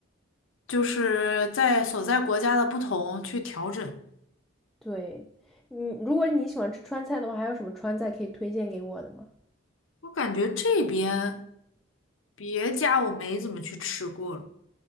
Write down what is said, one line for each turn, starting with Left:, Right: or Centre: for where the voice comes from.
Left: 就是在所在国家的不同去调整。
Centre: 对，嗯，如果你喜欢吃川菜的话，还有什么川菜可以推荐给我的吗？
Left: 我感觉这边别家我没怎么去吃过了。